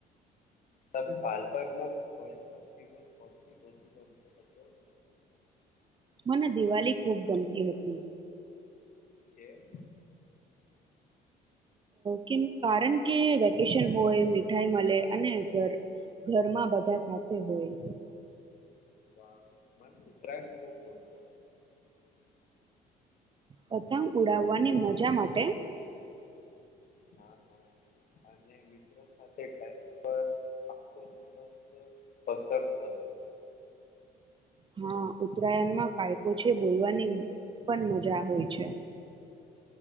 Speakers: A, on the left (about 50°); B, on the right (about 30°).
A: તમે બાળપણમાં કોની ફેસ્ટિવ સૌથી વધુ <unintelligible>
B: મને દિવાળી ખૂબ ગમતી હતી.
A: કેમ.
B: કેમ કારણ કે વેકેશન હોય મીઠાઈ મળે અનેર ઘર ઘરમાં બધા સાથે હોય.
A: વાહ. મને ઉતરાયણ ખુબ ગમતો.
B: પતંગ ઉડાવવાની મજા માટે.
A: હા. અને મિત્રો સાથે ટેરસ પર આખો દિવસ પસર થતો.
B: હા ઉત્તરાયણમાં કાયપો છે બોલવાની પણ મજા હોય છે.